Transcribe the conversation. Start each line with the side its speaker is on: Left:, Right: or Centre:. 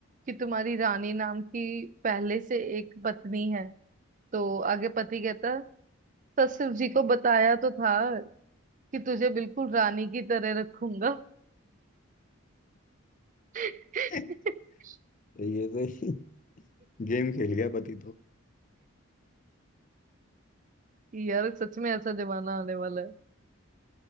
Right: कि तुम्हारी रानी नाम की पहले से एक पत्नी है तो आगे पति कहता ससुर जी को बताया तो था कि तुझे बिल्कुल रानी की तरह रखूंगा <laughs>
Left: <laughs> ये तो गेम खेल गया पति तो।
Right: यार सच में ऐसा जमाना आने वाला है